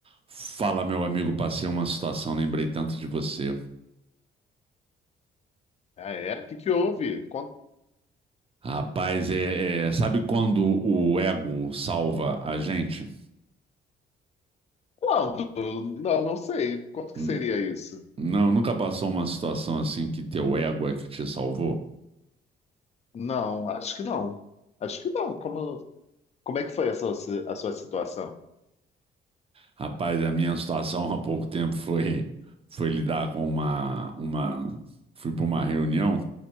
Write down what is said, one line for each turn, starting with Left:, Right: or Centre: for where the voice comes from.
Right: Fala, meu amigo, passei uma situação, lembrei tanto de você.
Left: Ah, é? O que que houve? Quanto-
Right: Rapaz, é, é- sabe quando o ego salva a gente?
Left: Quando? Não, não sei. Quanto que
Right: Hum,
Left: seria isso?
Right: Não, nunca passou uma situação assim que teu ego é que te salvou?
Left: Não, acho que não. Acho que não. Como, como é que foi a sua, si- a sua situação?
Right: Rapaz, a minha situação há pouco tempo foi foi lidar com uma uma fui para uma reunião,